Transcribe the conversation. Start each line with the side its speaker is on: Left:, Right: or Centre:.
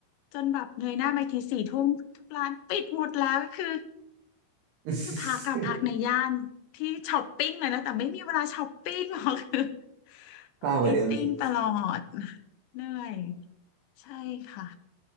Left: จนแบบเงยหน้าไปทีสี่ทุ่มทุกร้านปิดหมดแล้วคือ
Right: <laughs>
Left: คือพักอะพักในย่านที่ช้อปปิ้งเลยนะแต่ไม่มีเวลาช้อปปิ้งหรอก <laughs> คือ
Right: เศร้ากว่าเดิมอีก
Left: ต้องมีตติ้งตลอดเหนื่อยใช่ค่ะ